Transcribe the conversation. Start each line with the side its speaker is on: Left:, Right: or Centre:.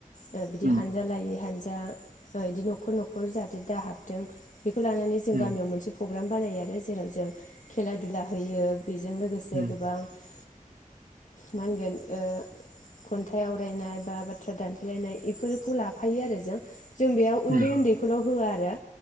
Left: ओ बिदि
Right: उम
Left: हानजा लायै हानजा। दा ओ इदि न'खर न'खर जाहाथे दा हाबथों बेखौ लानानै जों
Right: उम
Left: गामियाव मोनसे। प्रग्राम बानायो आरो जेराव जों खेला दुला होयो। बेजों लोगोसे
Right: उम
Left: गोबां। ओ मा होनगोन ओ खन्थाइ आवरायनाय बा बाथ्रा दानथेलायनाय इफोरखौ लाफायो आरो जों। जों बेयाव उन्दै
Right: उम
Left: उन्दैखौल। होया आरो।